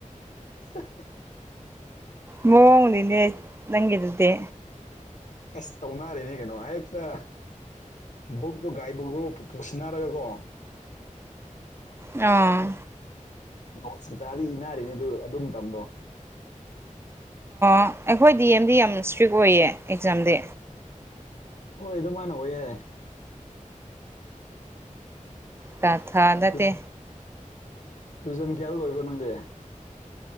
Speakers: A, on the left; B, on the right.
A: <inaudible>
B: ꯃꯋꯣꯡ ꯑꯃꯅꯤꯅꯦ ꯅꯪꯒꯤꯗꯨꯗꯤ
A: ꯑꯁ ꯇꯧꯅꯔꯤꯅꯤ ꯀꯩꯅꯣ ꯍꯦꯛꯇ ꯕꯨꯛꯇꯣ ꯒꯥꯏꯗꯕꯨꯒ ꯄꯨꯁꯤꯟꯅꯔꯒꯀꯣ
B: ꯑꯥ
A: ꯅꯣꯠꯁ <unintelligible> ꯏꯅꯥꯔꯤꯅꯤ ꯑꯗꯨ ꯑꯗꯨ ꯃꯇꯝꯗꯣ
B: ꯑꯣ ꯑꯩꯈꯣꯏ ꯗꯤ ꯑꯦꯝꯗꯤ ꯌꯥꯝ ꯏꯁꯇ꯭ꯔꯤꯛ ꯑꯣꯏꯌꯦ ꯑꯦꯛꯖꯥꯝꯗꯤ
A: ꯍꯣꯏ ꯑꯗꯨꯃꯥꯏꯅ ꯑꯣꯏꯌꯦ
B: ꯊꯥ-ꯊꯥ ꯅꯠꯇꯦ
A: ꯇꯨ ꯇꯨꯖꯟ ꯀꯌꯥꯗ ꯂꯣꯢꯕ꯭ꯔꯣ ꯅꯪꯗꯤ